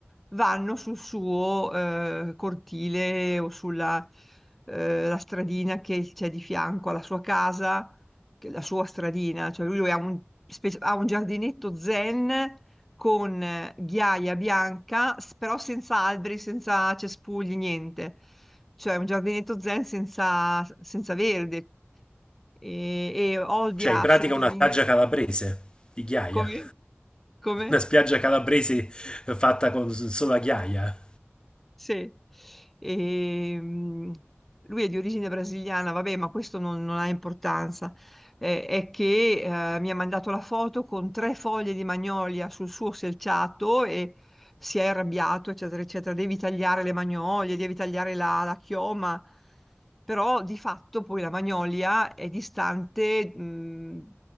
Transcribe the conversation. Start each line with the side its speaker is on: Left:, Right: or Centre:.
Centre: vanno sul suo eh, cortile o sulla eh, la stradina che c'è di fianco alla sua casa che- la sua stradina, cioè lui ha un, spe- ha un giardinetto zen con eh, ghiaia bianca, s- però senza alberi, senza cespugli, niente. Cioè un giardinetto zen senza, senza verde e, e odia
Left: Cioè, in
Centre: assolutamente.
Left: pratica una spiaggia calabrese di ghiaia.
Centre: Come? Come?
Left: Una spiaggia calabrese fatta con s- solo la ghiaia.
Centre: Sì, Ehm, lui è di origine brasiliana, vabbè, ma questo non, non ha importanza. Eh, è che eh, mi ha mandato la foto con tre foglie di magnolia sul suo selciato e si è arrabbiato, eccetera, eccetera. Devi tagliare le magnolie, devi tagliare la, la chioma. Però di fatto poi la Magnolia è distante, mh,